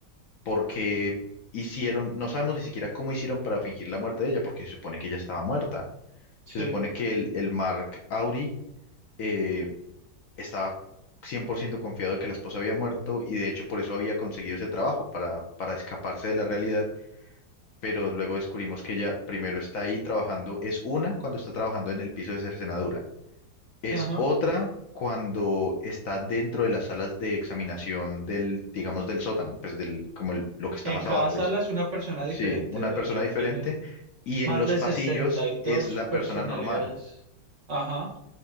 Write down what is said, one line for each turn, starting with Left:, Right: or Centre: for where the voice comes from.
Left: por qué hicieron, no sabemos ni siquiera cómo hicieron para fingir la muerte de ella, porque se supone que ella estaba muerta.
Right: sí,
Left: Se supone que el, el Mark Auri eh, estaba 100% confiado de que la esposa había muerto y de hecho por eso había conseguido ese trabajo, para, para escaparse de la realidad pero luego descubrimos que ella primero está ahí trabajando, es una cuando está trabajando en el piso de cercenadura, es
Right: ajá.
Left: otra cuando está dentro de las salas de examinación del, digamos, del sótano, pues del, como el- lo que está
Right: En
Left: más
Right: cada
Left: abajo
Right: sala
Left: es,
Right: es una persona diferente,
Left: sí, una
Right: de
Left: persona
Right: hecho,
Left: diferente,
Right: tiene
Left: y en
Right: más
Left: los
Right: de
Left: pasillos
Right: sesenta y
Left: es
Right: dos
Left: la
Right: personalidades.
Left: persona normal.
Right: Ajá.